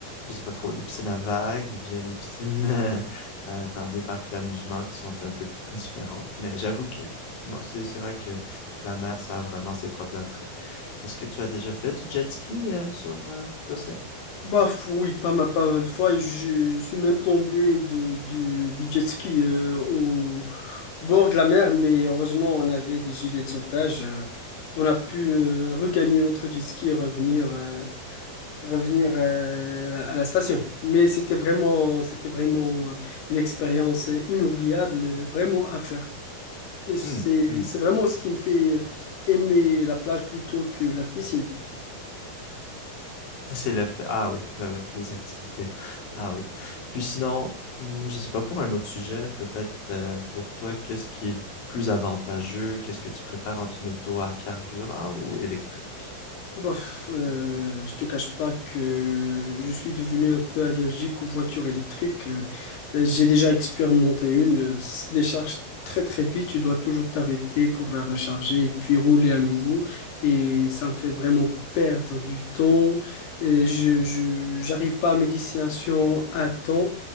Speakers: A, on the left; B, on the left.
A: je sais pas trop, les piscines à vagues ou bien les piscines <laughs> euh, euh, dans des parcs d'amusement qui sont un peu différents. Mais j'avoue que, non, c'est c'est vrai que la mer, ça a vraiment ses propres attraits. Est-ce que tu as déjà fait du jet ski euh, sur euh, l'océan?
B: Bah f- oui, pas mal, pas mal de fois, et je, je suis même tombé de, du, du jet ski euh, au bord de la mer, mais heureusement on avait des gilets de sauvetage. euh, on a pu euh, regagner notre jet ski et revenir. euh, revenir euh, à la station. Mais c'était vraiment, c'était vraiment euh, une expérience inoubliable, euh, vraiment à faire. Et C'est,
A: Hmm, hmm.
B: c'est vraiment ce qui me fait euh, aimer la plage plutôt que la piscine.
A: C'est le fait. Ah oui, ben oui, les activités. Ah oui. Puis sinon, hmm, je sais pas pour un autre sujet, peut-être euh, pour toi, qu'est-ce qui est plus avantageux? Qu'est-ce que tu préfères entre une auto à carburant ou électrique?
B: Bof, euh, je te cache pas que je suis devenu un peu allergique aux voitures électriques. Euh, j'ai déjà expérimenté une, euh, se décharge très très vite, tu dois toujours t'arrêter pour la recharger et puis rouler à nouveau. Et ça me fait vraiment perdre du temps. Et je, je- j'arrive pas à mes destinations à temps.